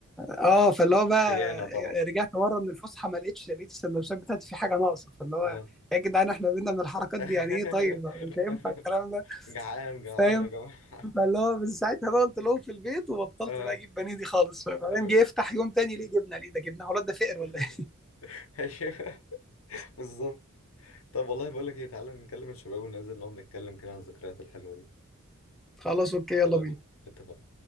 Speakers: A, in the centre; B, on the left.
A: اه فاللي هو بقى
B: خيانة طبعا
A: رجعت ورا من الفسحه ما لقيتش لقيت السندوتشات بتاعتي في حاجه ناقصه فاللي هو
B: اه
A: يا جدعان احنا بينا من الحركات
B: <laughs>
A: دي يعني ايه طيب مش هينفع الكلام ده
B: جعان جعان
A: فاهم
B: يا جماعة
A: فاللي
B: <laughs>
A: هو من ساعتها بقى قلت لهم في البيت وبطلت
B: اه
A: بقى اجيب بانيه دي خالص بعدين
B: يا لهوي
A: جه يفتح يوم تاني ليه جبنه ليه ده جبنه هو الواد ده فقر
B: <laughs>
A: ولا ايه
B: أيوه، بالظبط طب والله بقول لك ايه تعالى نكلم الشباب وننزل نقعد نتكلم كده عن الذكريات الحلوة دي
A: <laughs> خلاص اوكي يلا
B: يلا
A: بينا
B: بينا اتفقنا